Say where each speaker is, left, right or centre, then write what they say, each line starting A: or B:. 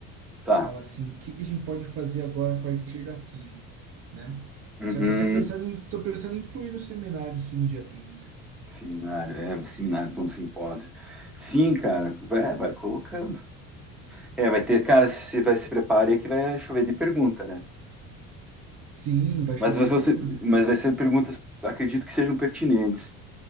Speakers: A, in the centre; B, on the right.
A: Tá.
B: Falar assim, o que que a gente pode fazer agora a partir daqui, né?
A: Uhum.
B: Só que eu tô pensando em, tô pensando em incluir no seminário, sim, no dia trinta
A: Seminário, é, seminário, falando simpósio. Sim, cara, vai, vai colocando. É, vai ter, cara, se vai se prepare aí que vai chover de pergunta, né?
B: Sim, vai
A: Mas
B: chover
A: vai
B: de pergunta.
A: ser, mas vai ser perguntas, acredito que sejam pertinentes,